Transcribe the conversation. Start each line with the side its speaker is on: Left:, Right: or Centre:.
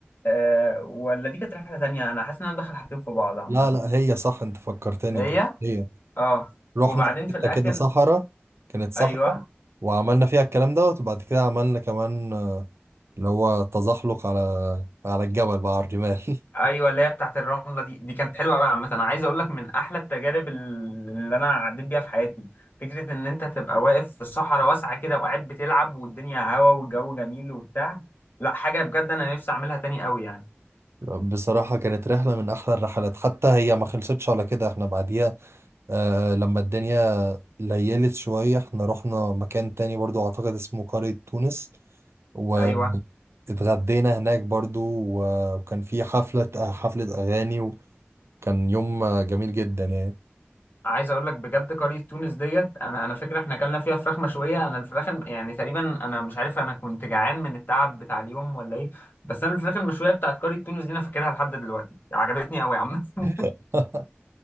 Left: آه، ولا دي كانت رحلة تانية أنا حاسس إن أنا مدخل حاجتين في بعض عامة
Right: لا لا هي صح انت فكرتني
Left: هي
Right: كانت هي
Left: أه
Right: رحنا
Left: وبعدين
Right: في
Left: في
Right: حتة
Left: الآخر
Right: كده صحراء كانت صحراء
Left: أيوه
Right: وعملنا فيها الكلام دوت وبعد كده عملنا كمان آه، اللي هو تزحلق على على الجبل بقى على الرمال
Left: أيوه
Right: <laughs>
Left: اللي هي بتاعت الرملة دي دي كانت حلوة أوي عامة أنا عايز أقول لك من أحلى التجارب اللي أنا عديت بيها في حياتي فكرة إن أنت تبقى واقف في صحراء واسعة كده وقاعد بتلعب والدنيا هوا والجو جميل وبتاع لا حاجة بجد أنا نفسي أعملها تاني أوي يعني
Right: بصراحة كانت رحلة من أحلى الرحلات حتى هي ما خلصتش على كده احنا بعديها آه لما الدنيا ليلت شوية احنا رحنا مكان تاني برضو أعتقد اسمه قرية تونس واتغدينا
Left: أيوه
Right: هناك برضو و- وكان في حفلة حفلة أغاني وكان يوم جميل جدا يعني
Left: عايز اقول لك بجد قرية تونس ديت انا انا فاكر احنا اكلنا فيها فراخ مشوية انا الفراخ الم- يعني تقريبا انا مش عارف انا كنت جعان من التعب بتاع اليوم ولا ايه بس انا الفراخ المشوية بتاعت قرية تونس دي انا فاكرها لحد دلوقتي عجبتني قوي عامة <laughs>
Right: <laughs>